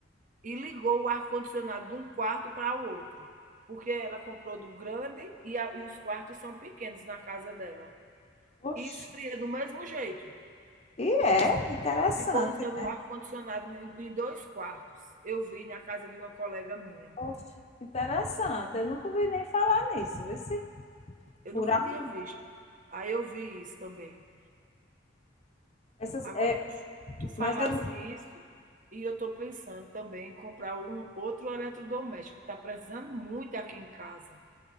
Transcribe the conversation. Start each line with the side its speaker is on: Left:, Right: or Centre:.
Right: e ligou o ar-condicionado de um quarto para o outro. Porque ela comprou do grande e, a- e os quartos são pequenos na casa dela.
Left: Oxe,
Right: E esfria do mesmo jeito.
Left: E é interessante.
Right: ficou usando o ar-condicionado em em dois quartos. Eu vi na casa de uma colega minha.
Left: oxe, interessante. Eu nunca ouvi nem falar nisso, vê se
Right: Eu
Left: furar.
Right: nunca tinha
Left: um-
Right: visto. Aí eu vi isso também.
Left: Essas,
Right: Agora
Left: é,
Right: tu, tu falasse
Left: mas eu,
Right: isso e eu estou pensando também em comprar um outro eletrodoméstico. Está precisando muito aqui em casa.